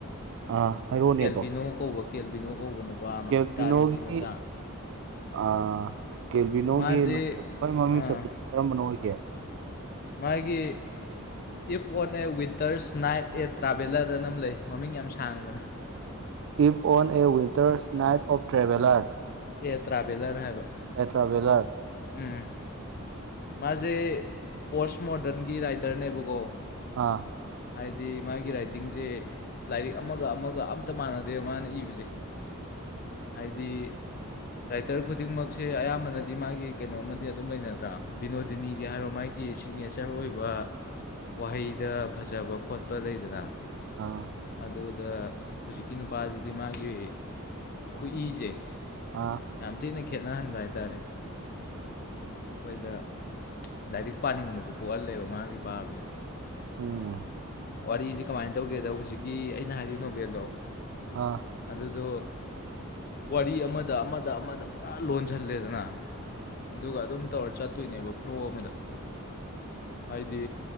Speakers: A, on the right (about 60°); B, on the left (about 45°).
A: ꯑꯥ ꯍꯥꯏꯔꯛꯑꯣꯅꯦꯗꯣ
B: ꯀꯦꯜꯕꯤꯅꯣ ꯀꯧꯕ ꯀꯦꯜꯕꯤꯅꯣ ꯀꯧꯕ ꯅꯨꯄꯥ ꯑꯃ
A: ꯀꯦꯜꯕꯤꯅꯣꯒꯤ
B: ꯏꯇꯥꯂꯤꯒꯤ ꯃꯆꯥ
A: ꯑꯥ ꯀꯦꯜꯕꯤꯅꯣꯒꯤ
B: ꯃꯥꯁꯦ
A: ꯈ꯭ꯋꯥꯏ ꯃꯃꯤꯡ
B: ꯑꯥ
A: ꯆꯠ ꯀꯔꯝꯕꯅ ꯑꯣꯏꯒꯦ
B: ꯃꯥꯒꯤ if on a winter's night eight traveller ꯑꯅ ꯑꯝ ꯂꯩ ꯃꯃꯤꯡ ꯌꯥꯝ ꯁꯥꯡꯕꯅꯤ
A: if on a winter's night of traveller
B: a traveller ꯍꯥꯏꯕ
A: ꯑꯦ ꯇ꯭ꯔꯥꯕꯦꯂꯔ
B: ꯎꯝ ꯃꯥꯖꯦ ꯄꯣꯁꯃꯣꯔꯗꯔꯟꯒꯤ ꯔꯥꯏꯇꯔꯅꯦꯕꯀꯣ
A: ꯑꯥ
B: ꯍꯥꯏꯗꯤ ꯃꯥꯒꯤ ꯔꯥꯏꯇꯤꯡꯖꯦ ꯂꯥꯏꯔꯤꯛ ꯑꯃꯒ-ꯑꯃꯒ ꯑꯝꯇ ꯃꯥꯟꯅꯗꯦꯕ ꯃꯥꯅ ꯏꯕꯖꯦ ꯍꯥꯏꯗꯤ ꯔꯥꯏꯇꯔ ꯈꯨꯗꯤꯡꯃꯛꯁꯦ ꯑꯌꯥꯝꯕꯅꯗꯤ ꯃꯥꯒꯤ ꯀꯩꯅꯣꯃ ꯑꯗꯨꯝ ꯂꯩꯅꯗ꯭ꯔꯥ ꯕꯤꯅꯣꯗꯤꯅꯤꯒꯤ ꯍꯥꯏꯔꯣ ꯃꯥꯒꯤ ꯁꯤꯒꯅꯦꯆꯔ ꯆꯔ ꯑꯣꯏꯕ ꯋꯥꯍꯩꯗ ꯐꯖꯕ ꯈꯣꯠꯄ ꯂꯩꯗꯅ
A: ꯑꯥ
B: ꯑꯗꯨꯗ ꯍꯧꯖꯤꯛꯀꯤ ꯅꯨꯄꯥꯁꯤꯗꯤ ꯃꯥꯒꯤ ꯈꯨꯏꯁꯦ
A: ꯑꯥ
B: ꯌꯥꯝ ꯊꯤꯅ ꯈꯦꯠꯅꯍꯟꯕ ꯍꯥꯏꯇꯥꯔꯦ ꯑꯩꯈꯣꯏꯗ ꯂꯥꯏꯔꯤꯛ ꯄꯥꯅꯤꯡꯕꯁꯨ ꯄꯣꯛꯍꯜꯂꯦꯕ ꯃꯥꯒꯤ ꯄꯥꯕꯁꯦ
A: ꯎꯝ
B: ꯋꯥꯔꯤꯁꯦ ꯀꯃꯥꯏꯅ ꯇꯧꯒꯦꯗ ꯍꯧꯖꯤꯛꯀꯤ ꯑꯩꯅ ꯍꯥꯏꯔꯤ ꯅꯣꯕꯦꯜꯗꯣ
A: ꯑꯥ
B: ꯑꯗꯨꯗꯣ ꯋꯥꯔꯤ ꯑꯃꯥꯗ ꯑꯃꯥꯗ ꯑꯃꯥꯗ ꯄꯨꯔꯥ ꯂꯣꯟꯁꯤꯜꯂꯦꯗꯅ ꯑꯗꯨꯒ ꯑꯗꯨꯝ ꯇꯧꯔ ꯆꯠꯇꯣꯏꯅꯦꯕ ꯐ꯭ꯂꯣꯜ ꯑꯃꯗ ꯍꯥꯏꯗꯤ